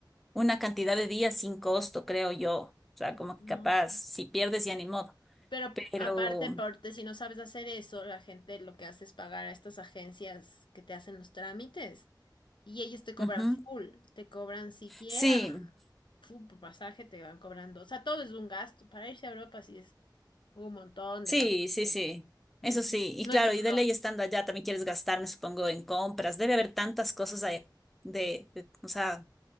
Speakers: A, in the centre; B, on the left.
A: una cantidad de días sin costo, creo yo. O sea, como que capaz,
B: No sé.
A: si pierdes ya ni modo.
B: Pero
A: Pero,
B: aparte, aparte, si no sabes hacer eso, la gente lo que hace es pagar a estas agencias que te hacen los trámites. Y ellos te cobran
A: ujú.
B: full, te cobran siquiera
A: Sí,
B: full por pasaje, te van cobrando. O sea, todo es un gasto. Para irse a Europa sí es un montón
A: Sí,
B: de gastos
A: sí,
B: de
A: sí.
B: aquí. Ujú.
A: Eso sí. Y
B: No
A: claro,
B: es solo
A: y de ley estando allá también quieres gastar, me supongo, en compras. Debe haber tantas cosas ahí de, de- o sea,